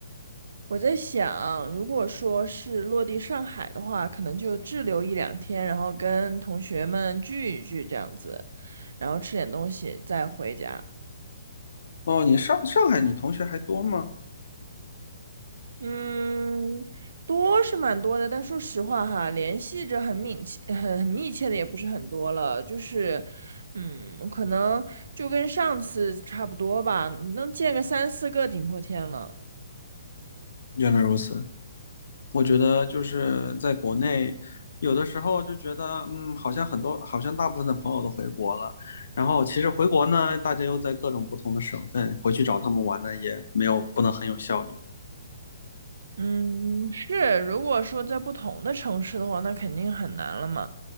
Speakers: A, on the right; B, on the left.
A: 我在想，如果说是落地上海的话，可能就滞留一两天，然后跟同学们聚一聚这样子，然后吃点东西再回家。
B: 哦，你上上海，你同学还多吗？
A: 嗯，多是蛮多的，但说实话哈，联系着很密切、很很密切的也不是很多了，就是，嗯，可能就跟上次差不多吧，能见个三四个顶破天了。
B: 原来如此，我觉得就是在国内，有的时候就觉得，嗯，好像很多，好像大部分的朋友都回国了，然后其实回国呢，大家又在各种不同的省份，回去找他们玩呢，也没有不能很有效率。
A: 嗯，是，如果说在不同的城市的话，那肯定很难了嘛。